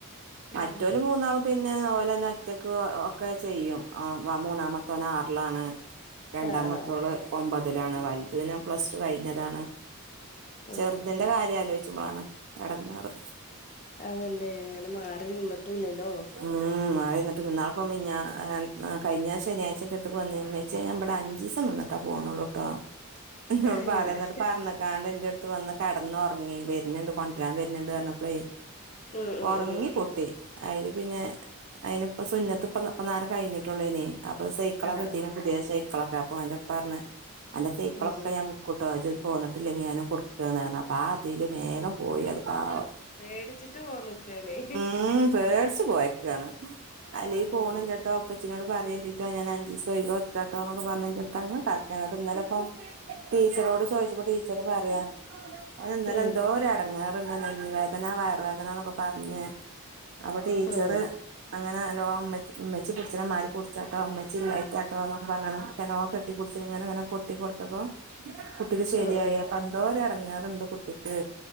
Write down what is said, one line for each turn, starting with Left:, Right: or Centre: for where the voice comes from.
Right: മറ്റോല്
Left: ഉം
Right: മൂന്നാളും പിന്നെ ഓലെന്നെ ഒറ്റക്ക് ഒക്കെ ചെയ്യും ആഹ് മൂന്നാമത്തോന് ആറിലാണ് രണ്ടാമത്തോള്
Left: ആഹ് ആഹ് ആഹ്
Right: ഒമ്പതിലാണ് വലുത് പിന്നെ പ്ലസ് ടു കഴിഞ്ഞതാണ്
Left: ഉം
Right: ചേർതിന്റെ കാര്യം ആലോചിച്ച്മ്പാളാണ് എടങ്ങാറ്
Left: അതന്നെ അങ്ങനെ മാറി നിന്നിട്ടുംല്ലല്ലോ
Right: മം മാറിന്നിട്ട് ല്ല. ന്നാളപ്പം മിനിഞ്ഞാ കയിഞ്ഞ ശനിയായ്ച്ച ൻ്റെ അടുത്ത്ക്ക് വന്ന്ന്ന് ഇമ്മച്ച്യ ഞ്ഞാ വേടെ അഞ്ചി സം നിന്നിട്ടു പോണുള്ളൂ ട്ടോ ന്നോട്
Left: അയ്യടാ
Right: പറയ ന്നട്ട് പറഞ്ഞ്ക്കാണ്ട് ന്റെടുത്ത് വന്ന് കടന്ന് ഒറങ്ങി. വര്ന്ണ്ട്, കൊണ്ട്രാൻ വര്ന്ണ്ട് പറഞ്ഞപ്പളേ
Left: ഉം ഉം
Right: ഒറങ്ങി
Left: ഉം
Right: കുട്ടി അയില് പിന്നെ. അയിനിപ്പോ സുന്നത്തിപ്പോ ഇപ്പനേരേ കഴിഞ്ഞിട്ടുള്ളൂ ന്നേ. അപ്പൊ സൈക്കിളൊക്കെ
Left: ആഹ് ആഹ്
Right: കിട്ടി. പുതിയ സൈക്കിളൊക്കെ. അപ്പൊ ഒന്റെുപ്പാ പറഞ്ഞ് അന്റെ സൈക്കളൊക്കെ
Left: ഉം
Right: ഞാൻ വിക്കും ട്ടോ ഇജ് ങ്ങട്ട് പോന്ന്ട്ട് വീയ കൊടുക്കാനാണ്. അപ്പൊ ആ അതില് വേഗം പോയി അത് പാവം.
Left: പേടിച്ചിട്ട് വന്ന് നിക്കാണേ
Right: ഉ പേടിച്ച് പോയക്കാണ്. അല്ലെങ്കി ഫോണില്ല
Left: ഉം
Right: ട്ടോ സ്സ്നോട് പറയേണ്ടിട്ടോ, ഞാനാഞ്ചിസം ഒഴിവാക്കട്ടോ. ന്നൊക്കെ പറഞ്ഞ് ന്റെട്ത്ത്ങ്ങാനേ കടക്കേന്നു ഇന്നാലെപ്പം ടീച്ചറോട് ചോദിച്ചപ്പോ ടീച്ചറ് പറയാ. ഓന് ഇന്നലെ
Left: ഉം
Right: എന്തോര് ഇറങ്ങാറുണ്ട്. നെഞ്ച്. വേദന വയറ് വേദന എന്നൊക്കെ പറഞ്ഞേ. അപ്പൊ ടീച്ചറ്
Left: ഉം
Right: അങ്ങനെ ഉമ്മ ഉമ്മച്ചി കുടിപ്പിക്കണ മാതിരി പിടിച്ച് കുടിച്ചോട്ടോ. ഉമ്മച്ചി ഇല്ലാഞ്ഞിട്ടാ ട്ടോ പറഞ്ഞപ്പോ കുട്ടി കുടച്ച് ഇങ്ങനെ അങ്ങനെ കൊട്ടി കൊടുത്തപ്പോ കുട്ടിക്ക് ശരിയായി
Left: ഉം ഉം
Right: അപ്പം എന്തോര് എടങ്ങാറുണ്ട് കുട്ടിക്ക്